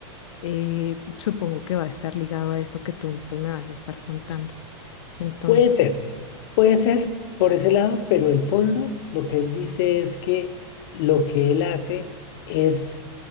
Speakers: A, on the left (about 85°); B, on the left (about 50°).
A: eh, supongo que va a estar ligado a esto que tú pues, me vas a estar contando. Entonces,
B: Puede ser, puede ser por ese lado, pero el fondo, lo que él dice es que lo que él hace es